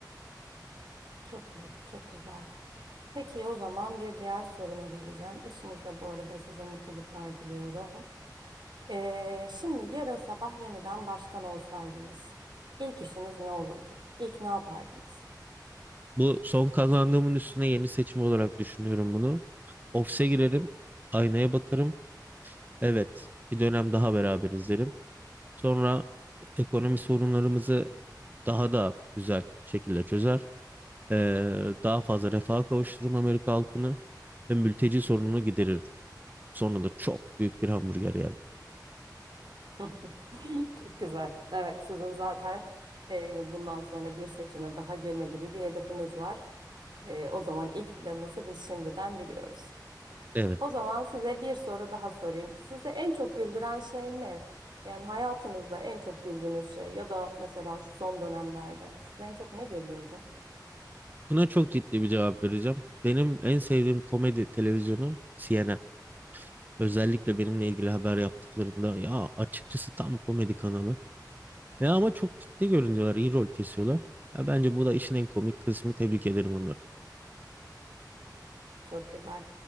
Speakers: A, on the right; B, on the right.
A: Çok iyi, çok güzel. Peki o zaman bir diğer soruma geleceğim. Eşinizle bu arada size mutluluklar diliyorum. Ee, şimdi yarın sabah yeniden başkan olsaydınız, ilk işiniz ne olurdu? İlk ne yapardınız?
B: Bu son kazandığımın üstüne yeni seçim olarak düşünüyorum bunu. Ofise girerim, aynaya bakarım. Evet, bir dönem daha beraberiz derim. Sonra ekonomi sorunlarımızı daha da güzel şekilde çözer. Ee, daha fazla refaha kavuşturur Amerika halkını ve mülteci sorununu giderir. Sonra da çok büyük bir hamburger yer.
A: <laughs> Çok güzel. Evet, sizin zaten e, bundan sonra bir seçime daha girme gibi bir hedefiniz var. E, o zaman ilk planınızı biz şimdiden biliyoruz.
B: Evet.
A: O zaman size bir soru daha sorayım. Size en çok güldüren şey ne? Yani hayatınızda en çok güldüğünüz şey ya da mesela şu son dönemlerde sizi en çok ne güldürdü?
B: Buna çok ciddi bir cevap vereceğim. Benim en sevdiğim komedi televizyonu CNN. Özellikle benimle ilgili haber yaptıklarında ya açıkçası tam komedi kanalı. Ya ama çok ciddi görünüyorlar, iyi rol kesiyorlar. Ya bence bu da işin en komik kısmı. Tebrik ederim onları.
A: Çok güzel.